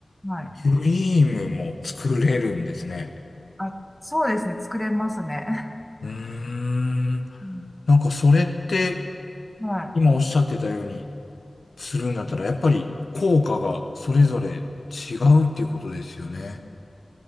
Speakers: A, in the centre; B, on the left.
A: はい。
B: ー、クリームも作れるんですね。
A: あ、そうですね、作れますね。
B: うーん。
A: <laughs> うん
B: なんか、それって、
A: はい。
B: 今おっしゃってたように、するんだったら、やっぱり効果がそれぞれ違うっていうことですよね。